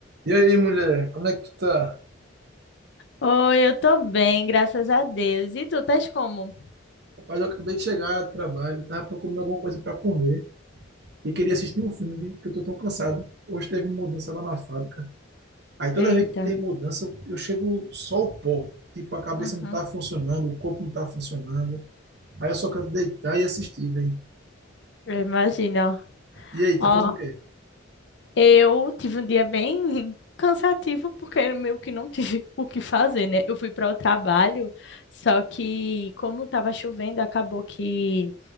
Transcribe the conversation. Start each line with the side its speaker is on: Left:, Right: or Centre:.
Right: E aí, mulher, como é que tu tá?
Left: Oi, eu tô bem, graças a Deus. E tu, estás como?
Right: Rapaz, eu acabei de chegar do trabalho, tava procurando alguma coisa pra comer e queria assistir um filme, viu? porque eu tô tão cansado. Hoje teve mudança lá na fábrica. Aí toda
Left: Eita.
Right: vez que tem mudança, eu eu chego só o pó. Tipo, a cabeça
Left: Uhum.
Right: não tá funcionando, o corpo não tá funcionando. Aí eu só quero deitar e assistir, velho.
Left: Eu imagino.
Right: E aí,
Left: Ó,
Right: tá fazendo o quê?
Left: eu tive um dia bem <laughs> cansativo porque eu meio que não tive <laughs> o que fazer, né? Eu fui para o trabalho, só que como tava chovendo, acabou que